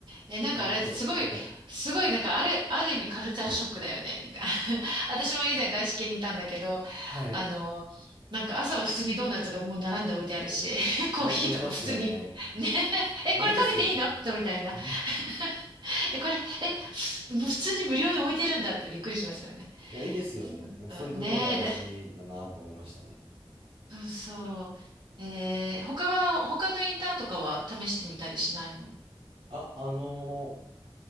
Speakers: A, on the right; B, on the right.
A: え、なんかあれ、
B: ワンフロアだった。
A: すごい、
B: はい。
A: すごい、なんかあれ、ある意味カルチャーショックだよね。<laughs> 私も以前外資系にいたんだけど、
B: はい。
A: あの、なんか朝は普通にドーナツがもう並んで置いてあるし、<laughs> コーヒーとか普通に、
B: お、置いてますよね。
A: <laughs> ね、え、
B: いや、
A: これ食べていいのみたいな。
B: いいですよね。<laughs>
A: <laughs> え、これ、え、ふ普通に無料に置いてるんだってびっくりしますよね。
B: いや、いいですよね。
A: そうそうねえ、
B: いや、そういうところ大事だなって思いましたね。
A: で、そうそう。えー他は、他のインターンとかは試してみたりしないの
B: あ、あのー、